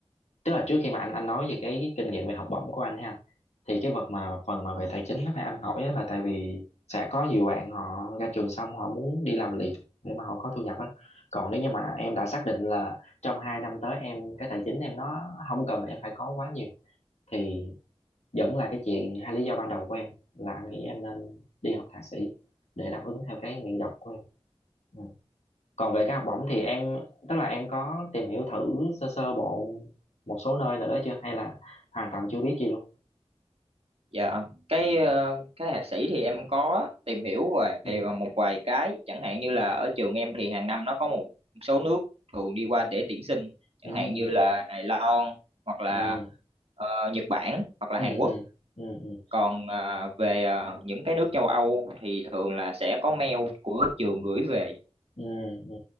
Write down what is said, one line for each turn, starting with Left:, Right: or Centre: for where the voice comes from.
Left: tức là trước khi mà anh anh nói về cái, cái kinh nghiệm về học bổng của anh ha thì cái vật mà phần mà về tài chính đó là anh hỏi á là tại vì sẽ có nhiều bạn họ ra trường xong họ muốn đi làm liền để mà họ có thu nhập á còn nếu như mà em đã xác định là trong hai năm tới em cái tài chính em nó không cần em phải có quá nhiều thì vẫn là cái chuyện hai lý do ban đầu của em là anh nghĩ em nên đi học thạc sĩ để đáp ứng theo cái nguyện vọng của em Ừ còn về cái học bổng thì em tức là em có tìm hiểu thử sơ sơ bộ một số nơi nào đó chưa hay là hoàn toàn chưa biết gì luôn
Right: dạ cái ờ, cái thạc sĩ thì em có tìm hiểu
Left: ừ
Right: về ờ, một vài cái chẳng hạn như là ở trường em thì hàng năm nó có một số nước thường đi qua để tuyển sinh chẳng
Left: ừ
Right: hạn như là Đài Loan hoặc là
Left: ừ
Right: ờ, Nhật Bản hoặc là
Left: ừ
Right: Hàn Quốc
Left: ừ ừ ừ
Right: còn ờ, về ờ, những cái nước châu Âu thì thường là sẽ có mail của trường gửi về
Left: ừ ừ